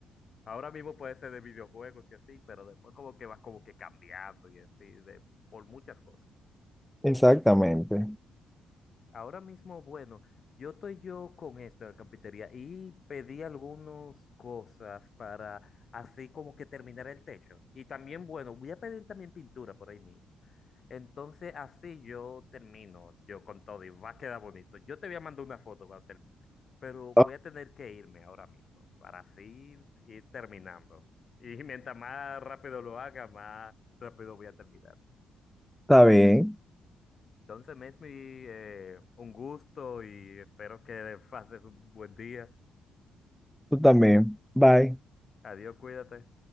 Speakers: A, on the left (about 45°); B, in the centre.
A: Ahora mismo puede ser de videojuegos y así, pero después como que va como que cambiando y así, de, por muchas cosas.
B: Exactamente.
A: Ahora mismo, bueno, yo estoy yo con esto de la carpintería y pedí algunas cosas para así como que terminar el techo. Y también, bueno, voy a pedir también pintura por ahí mismo. Entonces, así yo termino, yo con todo y va a quedar bonito. Yo te voy a mandar una foto cuando termine, pero voy
B: Ah,
A: a tener que irme ahora mismo para así ir terminando. <laughs> Y mientras más rápido lo haga, más rápido voy a terminar.
B: Está bien,
A: Entonces, Mesmi, eh, un gusto y espero que pases un buen día.
B: tú también. Bye.
A: Adiós, cuídate.